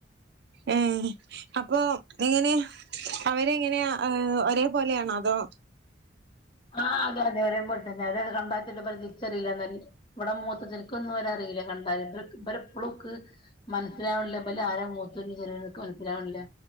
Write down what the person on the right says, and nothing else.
ഏഹ് അപ്പോ എങ്ങനെ അവരെങ്ങനെയാ ഏ ഒരേ പോലെയാണോ? അതോ